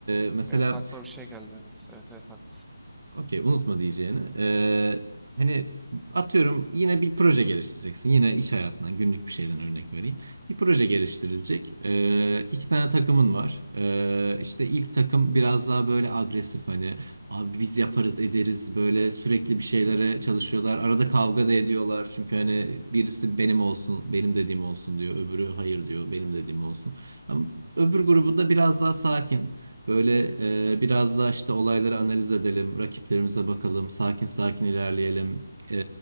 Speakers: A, on the right (about 55°); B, in the centre.
A: e, mesela
B: Evet aklıma bir şey geldi evet. Evet evet haklısın.
A: Okey, unutma diyeceğini. Ee, hani atıyorum yine bir proje geliştireceksin. Yine iş hayatından, günlük bir şeyden örnek vereyim. Bir proje geliştirilecek. Ee, iki tane takımın var. Ee, işte ilk takım biraz daha böyle agresif hani abi biz yaparız ederiz böyle sürekli bir şeylere çalışıyorlar. Arada kavga da ediyorlar. Çünkü hani birisi benim olsun, benim dediğim olsun diyor. Öbürü hayır diyor, benim dediğim olsun. Ama öbür grubunda biraz daha sakin. Böyle e, biraz da işte olayları analiz edelim, rakiplerimize bakalım, sakin sakin ilerleyelim, E,